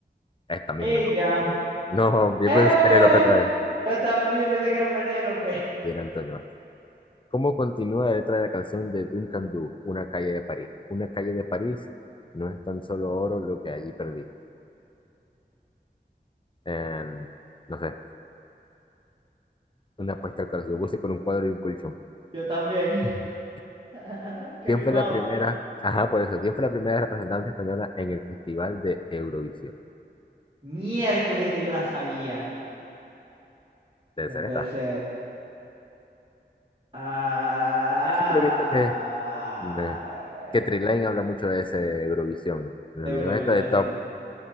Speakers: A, on the left; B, on the right.
A: Esta misma
B: Ella.
A: no. No, hombre,
B: ¡Eh!
A: pues Penélope otra vez.
B: Yo también pensé que era Penélope.
A: Y era Antonio. ¿Cómo continúa la letra de la canción de Duncan Du, Una calle de París? Una calle de París no es tan solo oro lo que allí perdí. Em, no sé, una
B: Demonios.
A: apuesta al corazón. Yo puse con un cuadro y un colchón.
B: Yo también.
A: <laughs>
B: <laughs> Que
A: ¿Quién
B: rimaba.
A: fue la primera? Ajá, por eso. ¿Quién fue la primera representante española en el Festival de Eurovisión?
B: Miércoles, esta yo la sabía.
A: Debe
B: No
A: ser
B: puede
A: esta.
B: ser. Ah,
A: Yo siempre he visto que, eh, que Trilane habla mucho de ese Eurovisión. En los
B: de Eurovisión,
A: videos esta de Top
B: sí.